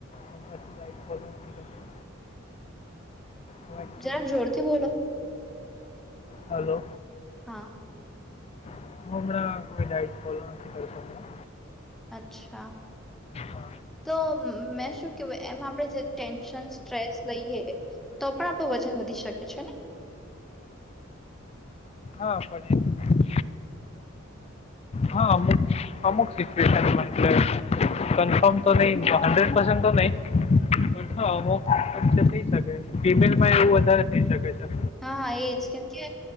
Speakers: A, on the left (about 30°); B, in the centre.
A: હું કશું ડાયટ ફોલો નથી કરતો હું એકચ્યુલી
B: જક જોરથી બોલો
A: હલો
B: હા
A: હું હમણાં કોઈ ડાયટ ફોલો નથી કરતો હમણાં
B: અચ્છા
A: અ,
B: તો મેં શું કેવું એમ આપણેે જે ટેન્શન સ્ટ્રેસ લઈએ તો પણ આપણું વજન વધી શકે છે ને
A: હા પણ એ હા અમુક અમુક સિચુએશમાં એટલે કનફર્મ તો નહી હન્ડ્રેડ પસનટ તો નહી અમુકચચે થઈ શકે ફિમેલમાં એવું વધારે થઈ શકે છે
B: હા એજ કેમ કે